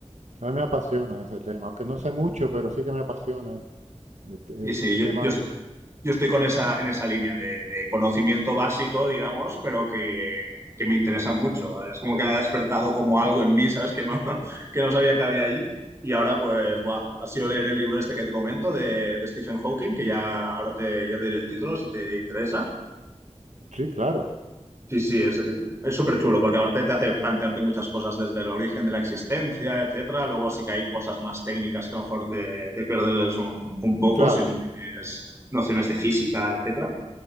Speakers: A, on the right; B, on the right.
A: a mí me apasiona ese tema, aunque no sé mucho, pero sí que me apasiona el, el-
B: Sí, sí,
A: el
B: yo,
A: tema
B: yo-
A: del...
B: Yo estoy con esa, en esa línea de, de conocimiento básico, digamos, pero que, que me interesa mucho. Es como que ha despertado como algo en mí, ¿sabes? Que no, <laughs> que no sabía que había ahí. Y ahora, pues, buah, ha sido leer el libro este que te comento de, de Stephen Hawking, que ya ahora te, ya te diré el título si te interesa.
A: Sí, claro,
B: Sí, sí, es es súper chulo porque aparte te hace plantearte muchas cosas desde el origen de la existencia, etcétera. Luego sí que hay cosas más técnicas que a lo mejor te, te pierdes un, un poco
A: claro.
B: si no tienes nociones de física, etcétera.